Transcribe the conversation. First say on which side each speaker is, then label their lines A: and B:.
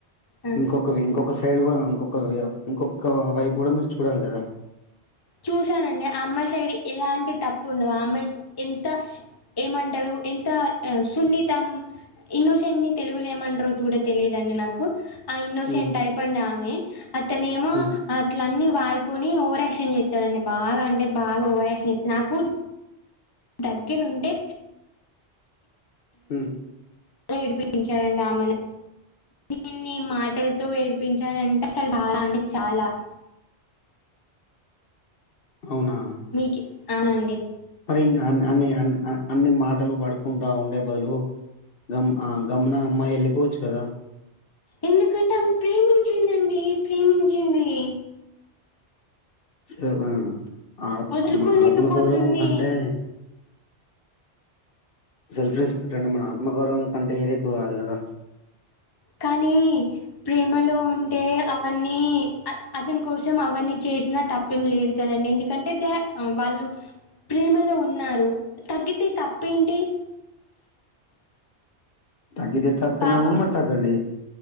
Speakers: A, on the left (about 25°); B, on the left (about 60°).
A: హ్మ్.
B: ఇంకొక ఇంకొక సైడ్ కూడా ఇంకొక వ ఇంకొక వైపు కూడా మీరు చూడాలి కదా.
A: చూసానండి. ఆ అమ్మాయి సైడ్ ఎలాంటి తప్పు ఉండవు. ఆ అమ్మాయి ఎంత ఏమంటారు. ఎంత సున్నితం ఇన్నోసెన్ని తెలుగులో ఏమంటరు చూడ తెలియదు అండి నాకు. ఆ ఇన్నోసెంట్
B: హ్మ్.
A: అయిపోండ ఆమె అతనేమో
B: హ్మ్.
A: అట్ అన్నీ వాడుకొని ఓవరాక్షన్ చేత్ అండి బాగా అంటే బాగా ఓవయాక్షన్ చేత్తన్ నాకు దగ్గరుండే
B: హ్మ్ ఉ
A: చ ఏడిపించాడండి ఆమెను ఇన్ని మాటలతో ఏడిపించాడంటే అసలు చాలా అంటే చాలా
B: అవునా
A: మీకి అవునండి
B: మరి అన్ని అన్ని మాటలు పడుకుంటా ఉండే బదులు, గం గమ్మున ఆ అమ్మాయి వెళ్ళిపోవచ్చు కదా.
A: ఎందుకంటే ఆమె ప్రేమించిందండి ప్రేమించింది
B: సేవా ఆత్
A: వదులుకోలేకపోతుంది
B: ఆత్మగౌరవం కంటె సెల్ఫ్ రెస్పెక్ట్ అంటే మన ఆత్మగౌరవం కంటే ఏదేక్కువ కాదు కదా
A: కానీ ప్రేమలో ఉంటే అవన్నీ అతని కోసం అవన్నీ చేసినా తప్పేం లేదు కదండి ఎందుకంటే దె వాళ్ళు ప్రేమలో ఉన్నారు తగ్గితే తప్పేంటి
B: తాగ్గితే తప్పినా
A: పాపం
B: కూడా మరి తగ్గండి